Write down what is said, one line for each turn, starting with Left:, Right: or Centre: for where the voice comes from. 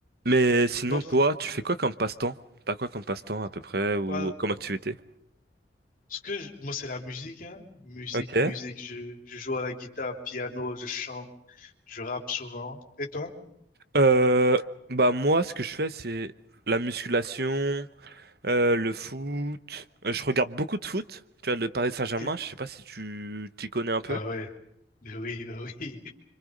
Right: Mais sinon,
Left: Non, fait-
Right: toi, tu fais quoi comme passe-temps? T'as quoi comme passe-temps à peu près ou
Left: well,
Right: comme activité?
Left: ce que je- moi, c'est la musique, hein. Musique,
Right: Ok.
Left: musique. Je, je joue à la guitare, piano, je chante, je rappe souvent. Et toi?
Right: Euh, bah moi, ce que je fais, c'est la musculation, euh, le foot. Euh, je regarde beaucoup de foot. Tu vois, le Paris Saint-Germain,
Left: Ok.
Right: je sais pas si tu t'y connais un peu.
Left: Ah ouais. Ben oui, ben oui.